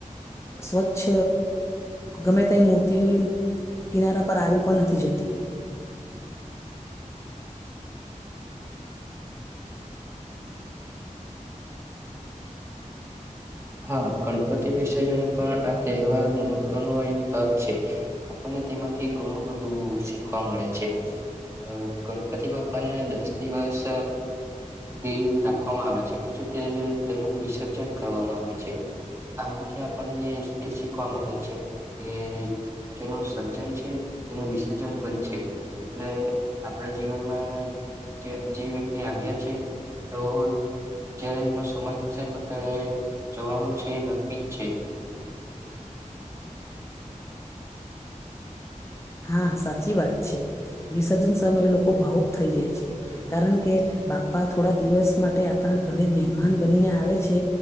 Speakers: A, on the left (about 20°); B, on the right (about 20°).
A: સ્વચ્છ ગમે તેમ મૂર્તિ કિનારા પર આવી પણ નથી જતી.
B: હા, ગણપતિ વિસર્જન પણ આ તહેવાર મહત્વનો એક ભાગ છે. આપણને તેમાંથી ઘણું બધું શીખવા મળે છે. અ ગણપતિ બાપાને દસ દિવસ તે રાખવામાં આવે છે પછી, તે તેનું વિસર્જન કરવામા છે. ‌આમાંથી આપણને એ શીખવા મળે છેકે. જેનું સર્જન છે, તેનું વિસર્જન પણ છે. એટલે આપણા જીવનમા જે વ્યક્તિ આવ્યા છે. તો જયારે એનો સમય થશે તો તેને જવાનુ છેએ, નક્કી જ છે.
A: હા સાચી વાત છે. વિસર્જન સમયે લોકો ભાવુક થઈ જાય છે, કારણ કે, બાપ્પા થોડા દિવસ માટે ઘરે મહેમાન બનીને આવે છે